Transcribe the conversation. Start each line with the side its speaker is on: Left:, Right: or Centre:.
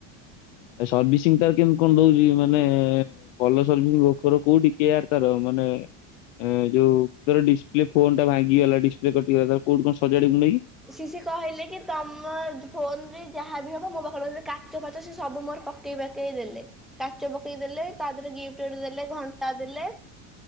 Left: ଏ ସର୍ଭିସିଂ ତାର କେମିତି କଣ ଦଉଚି ମାନେ ଭଲ ସର୍ଭିସିଂ ପାଖର କୋଉଠି କେୟାର୍ ତାର ମାନେ ଏ ଯୋଉ ତାର ଡିସପ୍ଲେ ଫୋନ୍ ଟା ଭାଙ୍ଗିଗଲା ଡିସପ୍ଲେ କଟିଗଲା ତାକୁ କୋଉଠୁ କଣ ସଜାଡିବୁ ନେଇକି?
Centre: ସି ସିଏ କହିଲେ କି ତୋମ ଫୋନ୍ ରେ ଯାହା ବି ହବ ମୋ ପାଖରେ କାଚ ଫାଚ ସେ ସବୁ ମୋର ପକ କେ ପକେଇ ଦେଲେ। କାଚ ପକେଇ ଦେଲେ ତା ଦେହରେ ଗିଫ୍ଟ ଦେଲେ ଘଣ୍ଟା ଦେଲେ।